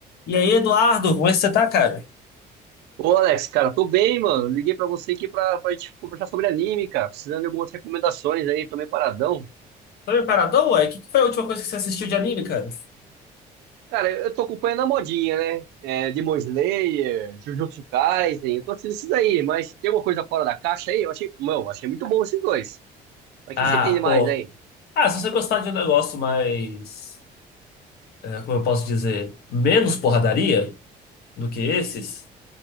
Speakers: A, on the left; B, on the right.
A: E aí, Eduardo, como é que você tá, cara?
B: Ô Alex, cara, tô bem, mano. Liguei pra você aqui pra, pra gente conversar sobre anime, cara. Precisando de algumas recomendações aí, tô meio paradão.
A: Tá meio paradão, ué? O que que foi a última coisa que você assistiu de anime, cara?
B: Cara, eu eu tô acompanhando a modinha, né? É, Demon Slayer, Jujutsu Kaisen, eu tô assistindo esses aí, mas tem alguma coisa fora da caixa aí? Eu achei, meu, achei muito bom esses dois. Mas
A: Ah,
B: o que que você tem de mais
A: pô.
B: aí?
A: Ah, se você gostar de um negócio mais, é, como eu posso dizer, menos porradaria do que esses,